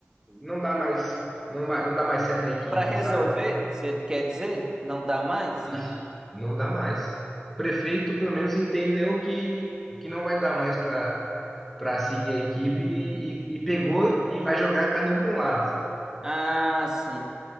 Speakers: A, in the centre; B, on the right.
A: não dá mais não, ma- não dá mais certo a equipe,
B: Para resolver,
A: sabe?
B: você quer dizer? Não dá mais?
A: Isso. Não dá mais. O prefeito, pelo menos, entendeu que, que não vai dar mais para para seguir a equipe e, e- e pegou e vai jogar cada um para um lado.
B: Ah, sim.